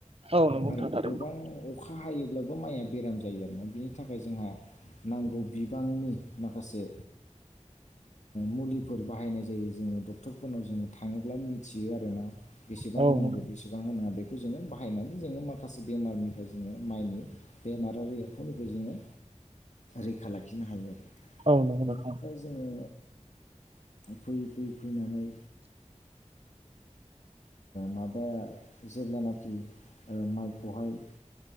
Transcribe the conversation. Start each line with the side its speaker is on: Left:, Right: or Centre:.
Right: औ नंगौ नोंथां
Left: आरो
Right: थारैनो
Left: गोबां अखा हायोब्लाबो माइया बेराम जायो आरोना बिनि थाखाय जोंहा नांगौ बिबांनि माखासे मुलिफोर बाहायनाय जायो जोङो डक्टरफोरनाव जोङो थाङोब्ला मिथियो आरोना बेसेबां
Right: औ नंगौ
Left: होनांगौ बेसेबां होनाङा बेखौ खौ जोङो बाहायनानै जोङो माखासे बेमारनिफ्राय जोङो माइनि बेमार आरो एबफुनिफ्राय जोङो रैखा लाखिनो हायो आरो बिनिफ्राय
Right: औ नंगौ नोंथां
Left: जोङो फैयै फैयैै फैनानै माबाया जेब्लानाखि माइखौहाय